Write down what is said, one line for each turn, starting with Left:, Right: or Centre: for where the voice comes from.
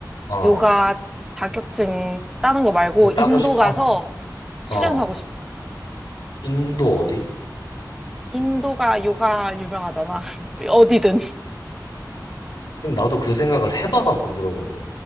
Left: 어.
Centre: 요가 자격증 따는 거 말고
Left: 네, 따고
Centre: 인도
Left: 싶어?
Centre: 가서 수련하고
Left: 어.
Centre: 싶어.
Left: 인도 어디?
Centre: 인도가 요가 유명하잖아. <laughs> 어디든.
Left: 근데 나도 그 생각을 해봐갖고 물어보는 거야.